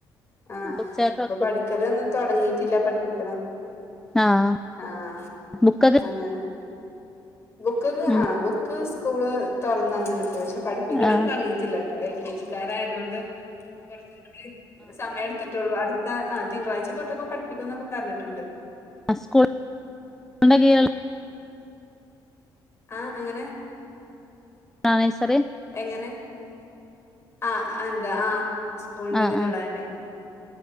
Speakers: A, on the left (about 30°); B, in the centre.
A: ആഹ്
B: ഉച്ചക്കൊക്കെ
A: പ്പൊ പഠിക്കലൊന്നും തൊടങ്ങിട്ടില്ല പഠിപ്പിക്കലാണ്.
B: ആഹ്
A: ആഹ്
B: ബുക്കൊക്കെ
A: അങ്ങനെ ബുക്കൊക്കെ
B: ഉം
A: ആഹ് ബുക്ക് സ്കൂള് തോർ ത്ക്ഷെ പഠിപ്പിക്കലൊന്നും
B: ആഹ്
A: തൊടങ്ങിട്ടില്ലട്ടോ എൽ കെ ജിക്കാരായ തൊണ്ട് കൊർച്ചും കൂടി സമയെട്ത്ത്ട്ടൊള്ളൂ അട് ത്ത ആ തിങ്കളാഴ്ച്ചതൊട്ടൊക്കെ പഠിപ്പിക്കുന്നൊക്കെ പർഞ്ഞിട്ട്ണ്ട്.
B: ആഹ് സ്കൂൾ <unintelligible>
A: ആഹ് അങ്ങനെ
B: ആഹ് നെഴ്സറി
A: എങ്ങനെ ആഹ് എന്താ ആഹ് സ്കൂളിന്റെ
B: ആഹ്
A: തില്ള്ളതെന്നെണ്.